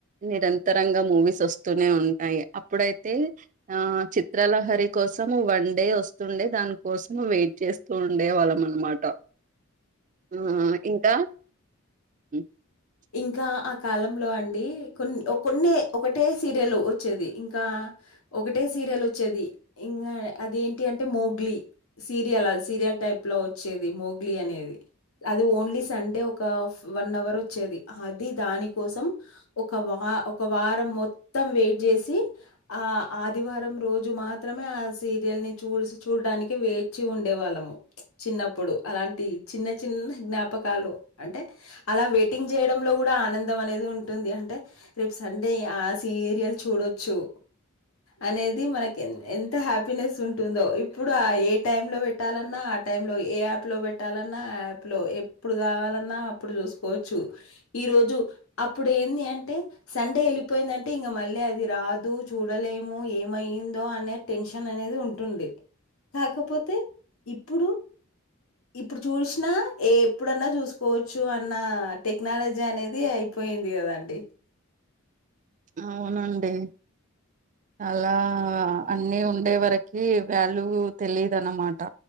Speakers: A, on the right; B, on the left.
A: నిరంతరంగా మూవీస్ వస్తూనే ఉంటాయి అప్పుడైతే ఆ చిత్రాలహరి కోసం వన్డే వస్తుండే దాని కోసం వెయిట్ చేస్త చూ ఉండే వాళ్ళం అనమాట ఆ ఇంకా <inaudible>
B: ఇంకా ఆ కాలంలో అండి కొన్ని కొన్ని ఒకటే సీరియల్ వచ్చేది ఇంకా ఒకటే సీరియల్ వచ్చేది ఇంకా అదేంటి అంటే మోగ్లీ సీరియల సీరియల్ టైప్ లో వచ్చేది మోగ్లీ అనేది అది ఓన్లీ సండే ఒక వన్ అవర్ వచ్చేది అది దాని కోసం ఒక వ ఒక వారం మొత్తం వెయిట్ చేసి ఆ ఆదివారం రోజు మాత్రమే ఆ సీరియల్ని చూ చూడడానికి వేచి ఉండే వాళ్ళము చిన్నప్పుడు అలాంటి చిన్న చిన్న జ్ఞాపకాలు అంటే అలా వెయిటింగ్ చేయడంలో కూడా ఆనందం అనేది ఉంటుంది అంటే రేపు సండే ఆ సీరియల్ చూడొచ్చు అనేది మనకి ఎంత హ్యాపీనెస్ ఉంటుందో ఇప్పుడు ఆ ఏ టైమ్ లో పెట్టాలన్నా ఆ టైం లో ఏ యాప్ లో పెట్టాలన్నా ఆ యాప్ లో ఎప్పుడు కావాలన్నా అప్పుడు చూసు కోచ్చు ఈరోజు అప్పుడు ఏంది అంటే సండే వెళ్ళిపోయిందంటే ఇంక మళ్ళీ అది రాదు చూడలేము ఏమయిందో అనే టెన్షన్ అనేది ఉంటుండే కాకపోతే ఇప్పుడు ఇప్పుడు చూసినా ఏ ఎప్పుడన్నా చూసుకోవచ్చు అని మన్న టెక్నాలజీ అనేది అయిపోయింది కదండి
A: అవునండి అలా అన్ని ఉండే వరకి వాల్యూ తెలిదు అన్నమాట